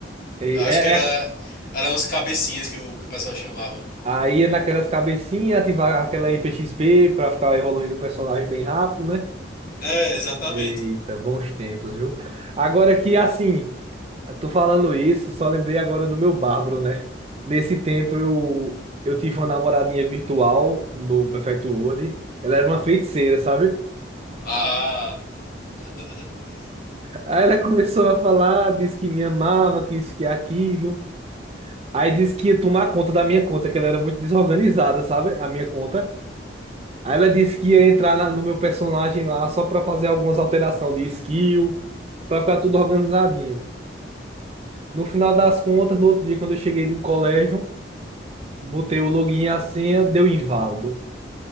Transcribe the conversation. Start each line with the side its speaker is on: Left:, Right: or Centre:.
Right: É,
Left: Eu Acho que era
Right: é
Left: eram as cabecinhas que o, que o pessoal chamava.
Right: Aí é naquelas cabecinhas, ativar aquela IPXP pra ficar evoluindo o personagem bem rápido, né?
Left: É, exatamente.
Right: Eita, bons tempos, viu? Agora que, assim, tô falando isso, só lembrei agora do meu Bárbaro, né? Nesse tempo eu, eu tive uma namoradinha virtual no Perfect World. Ela era uma feiticeira, sabe?
Left: Ah, <laughs>
Right: Aí ela <laughs> começou a falar, disse que me amava, que isso, que aquilo. Aí disse que ia tomar conta da minha conta, que ela era muito desorganizada, sabe? A minha conta. Aí ela disse que ia entrar na- no meu personagem lá só pra fazer algumas alterações de skill, pra ficar tudo organizadinho. No final das contas, no outro dia, quando eu cheguei do colégio, botei o login e a senha, deu inválido.